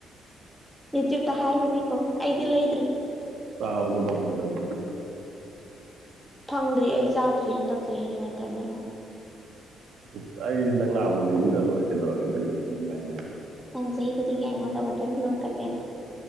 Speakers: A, in the centre; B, on the right (about 70°).
A: ꯌꯨꯇꯨꯞꯇ ꯍꯥꯏꯕꯅꯤꯀꯣ ꯑꯩꯗꯤ ꯂꯩꯗ꯭ꯔꯤ
B: ꯆꯕꯁꯨ ꯐꯪꯉꯣꯏꯗ <unintelligible>
A: ꯐꯪꯗ꯭ꯔꯤ ꯑꯩ ꯆꯥꯗ꯭ꯔꯤ ꯍꯟꯗꯛ ꯆꯍꯤꯒꯤ ꯋꯥꯇꯔꯃꯦꯂꯣꯟ
B: ꯑꯁ ꯑꯩ ꯍꯟꯗꯛ ꯂꯥꯛꯕꯗ ꯂꯩꯕꯤꯔ ꯂꯣꯏꯔꯦ ꯀꯩꯗꯧꯔꯒꯦ ꯑꯗꯨꯒꯤꯕꯨ ꯏꯃꯥꯏꯃꯥꯏ
A: ꯅꯪ ꯆꯍꯤ ꯈꯨꯗꯤꯡꯒꯤ ꯑꯩꯉꯣꯟꯗ ꯋꯥꯇꯔꯃꯤꯂꯂꯣꯟ ꯀꯠꯂꯦꯅꯦ